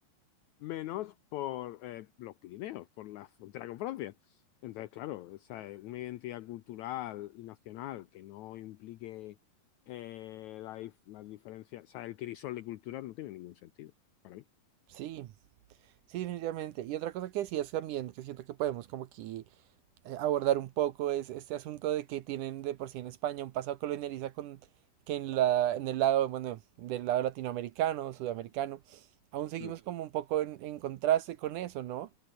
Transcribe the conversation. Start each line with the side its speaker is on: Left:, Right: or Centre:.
Left: menos por eh, los Pirineos, por la frontera con Francia. Entonces, claro, o sea, una identidad cultural y nacional que no implique eh, la dif- las diferencias, o sea, el crisol de culturas no tiene ningún sentido para mí.
Right: Sí, Sí, definitivamente. Y otra cosa que decías también, que siento que podemos como aquí eh, abordar un poco, es este asunto de que tienen de por sí en España un pasado colonialista con que en la, en el lado, bueno, del lado latinoamericano, sudamericano, aún seguimos
Left: Mm.
Right: como un poco en, en contraste con eso, ¿no?